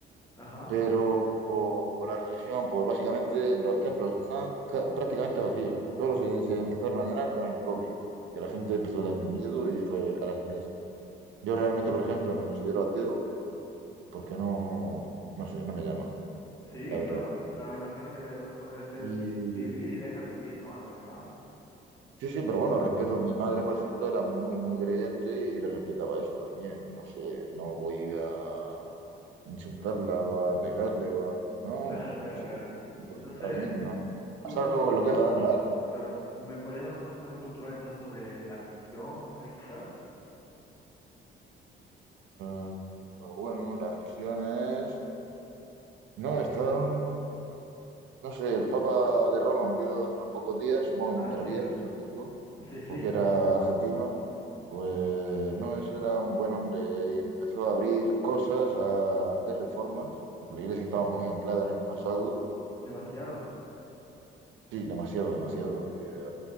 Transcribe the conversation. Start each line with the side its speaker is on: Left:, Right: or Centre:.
Left: Ajá.
Right: pero o la religión, pues básicamente los templos están ca- prácticamente vacíos. Todos se, se empezaron a llenar con el COVID, que la gente empezó a tener miedo y fue a las iglesias. Yo realmente, por ejemplo, me considero ateo porque no, no sé, no me llama,
Left: Sí,
Right: la verdad.
Left: claro, claro, me imagino que de lo mejor debe ser
Right: y
Left: vivir y deja vivir, ¿no? A los demás. <laughs>
Right: Sí, sí, pero bueno, respeto. Mi madre, por ejemplo, era muy, muy creyente y le respetaba eso también. No sé, no voy a insultarla o a pegarle o a... No,
Left: Claro, claro,
Right: sí,
Left: claro.
Right: pues,
Left: Entonces,
Right: está bien, no.
Left: tú
Right: Salvo
Left: como,
Right: lo que haga daño a alguien.
Left: claro, ¿me podrías dar un consejo cultural entonces sobre la religión? No sé, quizás.
Right: Eh, pero bueno, las religiones... No, está... mm, No sé, el Papa de Roma murió hace unos pocos días, supongo que
Left: Ah,
Right: no entrarías,
Left: sí,
Right: el Francisco.
Left: sí, sí,
Right: porque era
Left: <laughs>
Right: argentino, pues no, eso era un buen hombre y empezó a abrir cosas, a hacer reformas, porque la iglesia estaba muy anclada en el pasado,
Left: demasiado.
Right: sí, demasiado, demasiado. y, eh,